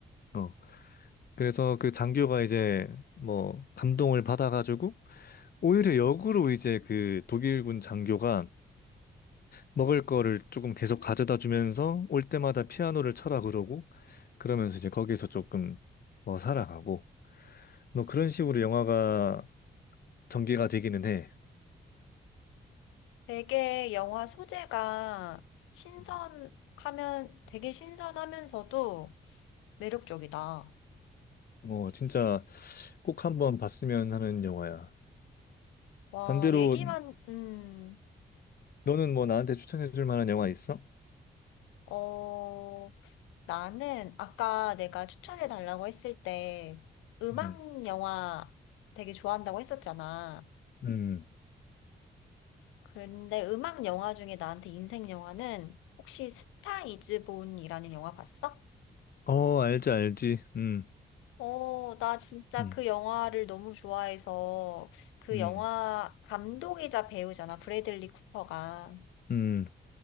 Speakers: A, on the left; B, on the left.
A: 어. 그래서 그 장교가 이제 뭐 감동을 받아가지고 오히려 역으로 이제 그 독일군 장교가 먹을 거를 조금 계속 가져다 주면서 올 때마다 피아노를 쳐라 그러고 그러면서 이제 거기서 조금 뭐 살아가고 뭐 그런 식으로 영화가 전개가 되기는 해.
B: 되게 영화 소재가 신선하면,
A: 음.
B: 되게 신선하면서도 매력적이다.
A: 뭐 진짜 꼭 한번 봤으면 하는 영화야.
B: 와,
A: 반대로
B: 얘기만, 음,
A: 너는 뭐 나한테 추천해 줄 만한 영화 있어?
B: 어, 나는 아까 내가 추천해 달라고 했을 때 음악
A: 음.
B: 영화 되게 좋아한다고 했었잖아.
A: 음.
B: 그런데 음악 영화 중에 나한테 인생 영화는 혹시 스타 이즈 본이라는 영화 봤어?
A: 어, 알지 알지. 음.
B: 어, 나 진짜
A: 음.
B: 그 영화를 너무 좋아해서 그
A: 음.
B: 영화 감독이자 배우잖아, 브래들리 쿠퍼가.
A: 음.